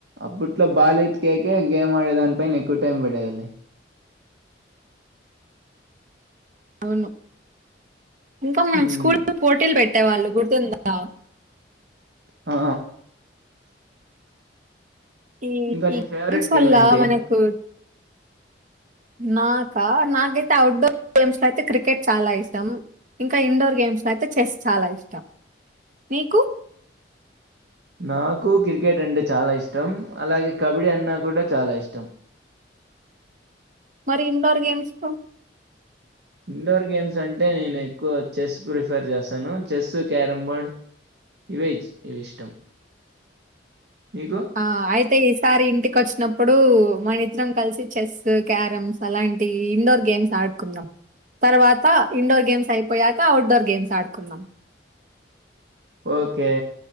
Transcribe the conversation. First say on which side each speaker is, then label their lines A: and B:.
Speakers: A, on the right (about 65°); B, on the right (about 45°).
A: అప్పట్లో బాల్ ఎత్తికేక గేమ్ ఆడే దాని పన ఎక్కువ టైం పడేవాళి
B: అవును ఇంకా మనం
A: హ్మ్.
B: స్కూల్ పోటీలు పెట్ అట్టే వాళ్ళు కుర్తుందా
A: ఆ
B: ఈ
A: ఇంకా నీ
B: ఈలా
A: ఫేవరెట్ గేమేంటి?
B: మనకు నాకా నాకైతే అఔట్డోర్ గేమ్స్ లో అయితే క్రికెట్ చాలా ఇష్టం ఇంకా ఇండోర్ గేమ్స్ లో అయితే చెస్ చాలా ఇష్టం నీకు
A: నాకు కీర్ క్రికెట్ అంటే చాలా ఇష్టం అలాగే కబడ్డీ అన్నా కూడా చాలా ఇష్టం
B: మరి ఇండోర్ గేమ్స్ కు
A: ఇండోర్ గేమ్స్ అంటే నేను ఎక్కువ చెస్ ప్రిఫర్ చేస్తాను. చెస్సు, క్యారంబోర్డ్ ఇవే ఇవి ఇష్టం మీకు?
B: ఆ అయితే ఈసారి ఇంటికొచ్చినప్పుడు మనిద్దరం కల్సి చెస్సు, క్యారమ్స్ అలాంటి ఇండోర్ గేమ్స్ ఆడుకుందాం. తర్వాత ఇండోర్ గేమ్స్ అయిపోయాక అవుట్డోర్ గేమ్స్ ఆడుకుందాం.
A: ఓకే,